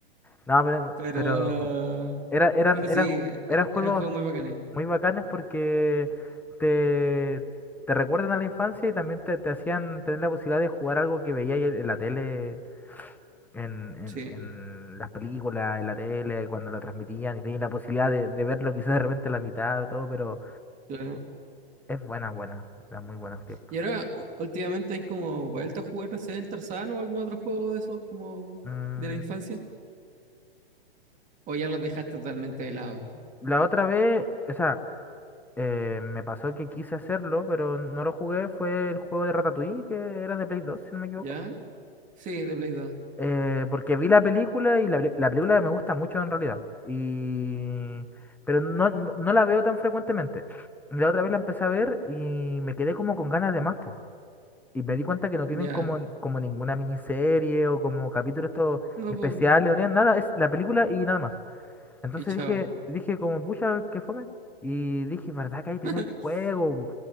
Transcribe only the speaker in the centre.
No, pero,
pero era, eran,
eran,
eran juegos
muy bacanes porque te, te recuerdan a la infancia y también te, te hacían tener la posibilidad de jugar algo que veías en en la tele, en, en,
en las películas, en la tele, cuando la transmitían y tenías la posibilidad de, de verlo quizás de repente a la mitad o todo, pero
es buena, buena, eran muy buenos tiempos.
Mm,
La otra vez, o sea, eh, me pasó que quise hacerlo, pero no lo jugué, fue el juego de Ratatouille, que era de Play 2 si no me equivoco.
Eh, porque vi la película y la, peli- la película me gusta mucho en realidad. Y... Pero no, no, no la veo tan frecuentemente. Y La otra vez la empecé a ver y me quedé como con ganas de más, po. Y me di cuenta que no tienen
como, como ninguna miniserie o como capítulos estos
especiales,
no tienen nada, es la película y nada más. Entonces
dije, dije como, pucha, que fome. Y dije, ¿verdad que ahí tienen
juego?